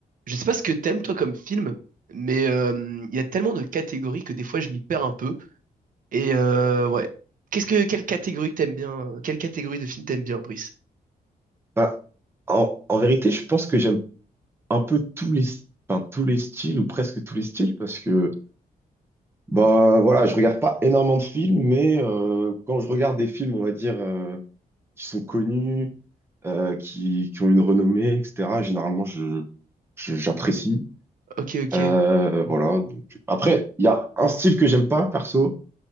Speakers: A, on the right; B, on the right.
A: Je sais pas ce que t'aimes toi comme film, mais euh, il y a tellement de catégories que des fois je m'y perds un peu. Et euh, ouais. Qu'est-ce que quelle catégorie que t'aimes bien? euh, Quelle catégorie de film t'aimes bien, Brice?
B: Bah, en, en vérité, je pense que j'aime un peu tous les, enfin, tous les styles ou presque tous les styles parce que bah voilà, je regarde pas énormément de films, mais euh, quand je regarde des films, on va dire euh, qui sont connus, euh, qui, qui ont une renommée, etc. Généralement, je, je- j'apprécie.
A: Ok, ok.
B: Euh, voilà. donc, Après, il y a un style que j'aime pas perso,